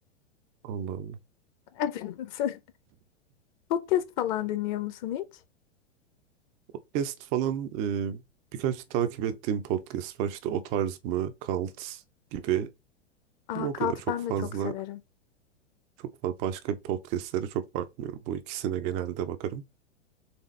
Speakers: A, on the right (about 20°); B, on the left (about 40°).
A: Allah Allah.
B: Evet. <laughs> Podcast falan dinliyor musun hiç?
A: Podcast falan e, birkaç takip ettiğim podcast var işte o tarz mı, Cult gibi
B: Aa,
A: ama o
B: Kalt
A: kadar çok
B: ben
A: fazla
B: de çok severim.
A: çok fazla başka bir podcastlere çok bakmıyorum. Bu ikisine genelde bakarım.